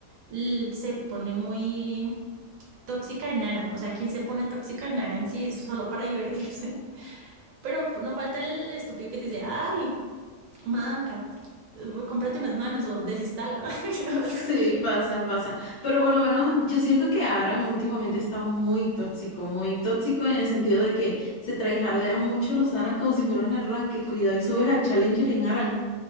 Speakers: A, on the right; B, on the left.
A: l- se pone muy tóxica en Aram, o sea, ¿quién se pone tóxica en Aram? Sí, es solo para divertirse. <laughs> Pero no falta el estúpido que te dice, ay, manca, eh, cómprate unas manos o desinstala, <laughs> o algo
B: Sí,
A: así.
B: pasa, pasa. Pero por lo menos yo siento que Aran últimamente está muy tóxico, muy tóxico en el sentido de que se traijardean mucho los Aran como si fuera un arranque. Cuidado y subes a Challenger en Aran.